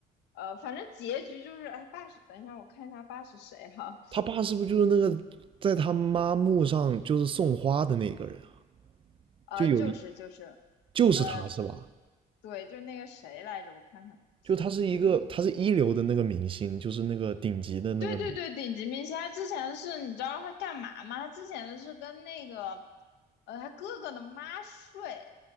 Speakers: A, on the left; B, on the right.
A: 呃，反正结局就是，哎，爸是，等一下我看一下爸是谁哈，
B: 他爸是不是就是那个在他妈墓上就是送花的那个人啊？
A: 呃，
B: 就有一
A: 就是就是，
B: 就是他是吧？
A: 呃，对，就那个谁来着，我看看，
B: 就他是一个他是一流的那个明星，
A: 我
B: 就是那个顶级的那个
A: 对对对，顶级明星，他之前是你知道他干嘛吗？他之前是跟那个，呃，他哥哥的妈睡，